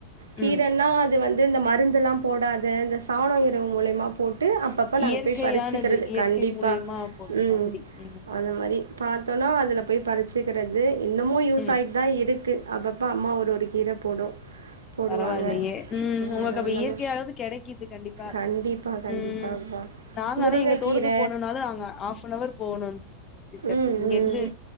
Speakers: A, on the right; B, on the left.
A: கீரன்னா
B: ம்
A: அது வந்து இந்த மருந்துலா போடாத இந்த சாணோ உரோ மூலேமா போட்டு அப்பப்ப நாங்க
B: இயற்கையானது
A: போய் பறிச்சிக்கிறது
B: இயற்கை
A: கண்டிப்பா
B: மூலியமா போடுற
A: ம்
B: மாதிரி ம்
A: அந்த மாரி பாத்தோனா அதுல போய் பறிச்சுக்கிறது இன்னமு யூஸ்ஸாய்
B: ம்
A: தா இருக்கு அப்பப்போ அம்மா ஒரு ஒரு கீர போடு போடுவாங்க
B: பரவாயில்லயே ம்
A: ஆ
B: உங்ளுக்கு அப்போ
A: அந்த
B: இயற்கையாது
A: மா
B: கெடைக்குது கண்டிப்பா
A: கண்டிப்பா கண்டிப்பாப்பா
B: ம் நாங்க
A: முருங்கக்கீர
B: ஆனா எங்க தோட்டத்துக் போனுனாலு அங்க ஆஃபுனவர் போகணு சிஸ்டர்
A: ம்
B: இங்க
A: ம்
B: இருந்து